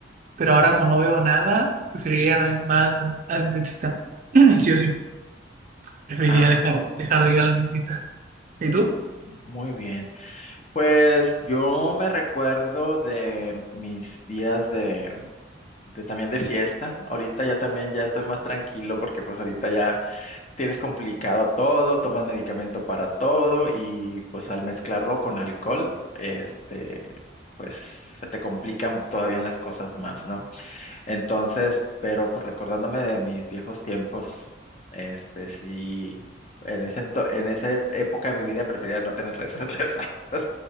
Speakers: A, on the right (about 40°); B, on the left (about 35°).
A: pero ahora como no veo nada, preferiría no ir más al dentista. <clears throat> Sí o sí, preferiría
B: Ah,
A: dejar,
B: ok,
A: dejar de ir al dentista. ¿Y tú?
B: muy bien. Pues yo me recuerdo de mis días de, de también de fiesta. Ahorita ya también ya estoy más tranquilo porque pues ahorita ya tienes complicado todo, tomas medicamento para todo y pues al mezclarlo con alcohol, este, pues se te complican todavía las cosas más, ¿no? Entonces, pero pues, recordándome de mis viejos tiempos, este sí, en ese ento- en esa et- época de mi vida prefería no tener res- <laughs> resacas,